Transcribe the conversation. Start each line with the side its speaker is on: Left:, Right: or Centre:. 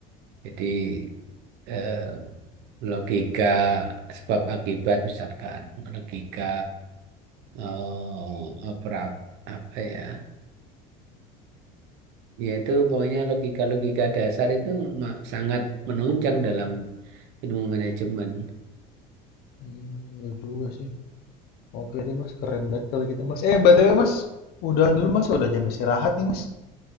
Right: Jadi eh, logika sebab akibat misalkan logika eh, operat apa ya? Yaitu pokoknya logika-logika dasar itu ma- sangat menunjang dalam ilmu manajemen.
Left: Hmm, iya juga sih. Oke deh Mas, keren banget kalau gitu Mas. Eh, BTW Mas, udahan dulu Mas, udah jam istirahat nih Mas.